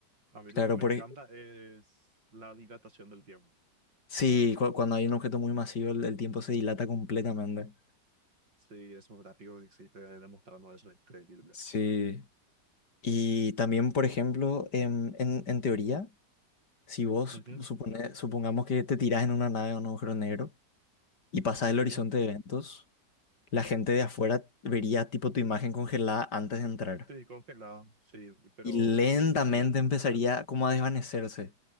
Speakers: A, on the right; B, on the left.
A: A mí
B: Claro,
A: lo que me
B: por,
A: encanta
B: ej-
A: es la dilatación del tiempo.
B: sí, cu- cuando hay un objeto muy masivo, el, el tiempo se dilata completamente.
A: Sí, es un gráfico que sí te demostrando eso, es increíble.
B: Sí, Y también, por ejemplo, en, en- en teoría, si vos
A: Ujú.
B: supone- supongamos que te tirás en una nave o un agujero negro y pasás
A: Sí,
B: el horizonte de eventos, la gente de afuera vería tipo tu imagen congelada antes de entrar.
A: sí, congelado, sí, pero
B: y lentamente
A: volverías como
B: empezaría
A: te sale.
B: como a desvanecerse.